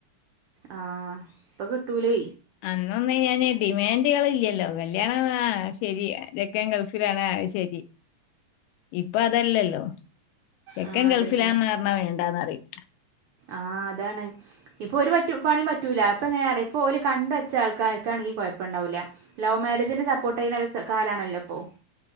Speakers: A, on the right; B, on the left.
A: ആ ഇപ്പൊ കിട്ടൂലേ
B: അന്നൊന്നും ഇങ്ങനെ ഡിമാൻഡുകള് ഇല്ലല്ലോ കല്യാണം ആ ശരി ചെക്കൻ ഗൾഫിലാണ് ആ ശരി ഇപ്പൊ അതല്ലല്ലോ ചെക്കൻ
A: ആ അതന്നെ
B: ഗൾഫിലാന്ന് പറഞ്ഞാ വേണ്ടാന്ന് പറയും
A: ആഹ് അതാണ് ഇപ്പൊ ഒരുപറ്റ് പണിയും പറ്റൂല അപ്പ എങ്ങനാ അറിയാം ഇപ്പൊ ഓലെ കണ്ട വച്ച ആൾക്കാർക്കാണെങ്കിൽ കുഴപ്പമുണ്ടാവില്ല ലവ് മാരേജിന് സപ്പോർട്ട് ചെയ്യുന്ന കാലമാണല്ലോ ഇപ്പോ